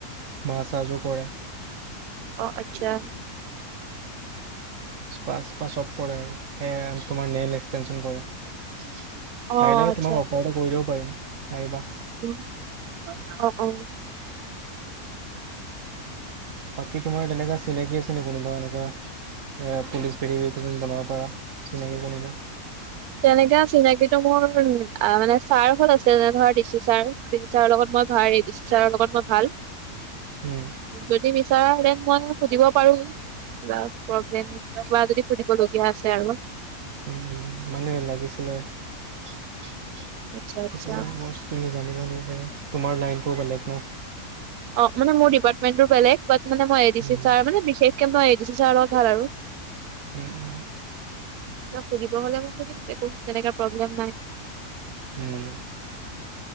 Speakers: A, on the right; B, on the right.
A: মাচাজয়ো কৰে।
B: অঁ, আচ্ছা।
A: পাঁচ পা চব কৰে আৰু এ তোমাৰ নেল এক্সটেনচন কৰে, আহিলে
B: অ আচ্ছা
A: তোমাক অফাৰ এটা কৰি দিব পাৰিম। আহিবা।
B: উম, অ', অ'।
A: বাকী তোমাৰ তেনেকা চিনাকি আছে নেকি কোনোবা এনেকুৱা, এ পুলিচ ভেৰি উম বনাব পৰা চিনাকি কোনোবা
B: তেনেকে চিনাকি টো মোৰ আ', মানে ছাৰ হ'ত আছে যেনে ধৰা D C sir. D C ছাৰৰ লগত মই ভাৰে, দি চি ছাৰৰ লগত মই ভাল।
A: উম।
B: যদি বিচাৰা হেঁন মই সুধিব পাৰো। কিবা প্ৰব্লেম, কিবা যদি সুধিবলগীয়া আছে আৰু।
A: উম মানে লাগিছিলে, সেইটো
B: আচ্ছা আচ্ছা
A: কাৰণে মইচ তুমি জানিব নিবিচাৰিবা তোমাৰ লাইনটো বেলেগ ন।
B: অ', মানে মোৰ ডিপাৰ্টমেণ্টটো বেলেগ বাট মানে মই A D
A: um
B: C sir মানে বিশেষকে মই এ ডি চি ছাৰৰ লগত ভাল আৰু।
A: উম উম।
B: কিবা সুধিব হ'লে মই সুদিম একো টেনেকা প্ৰব্লেম নাই।
A: উম,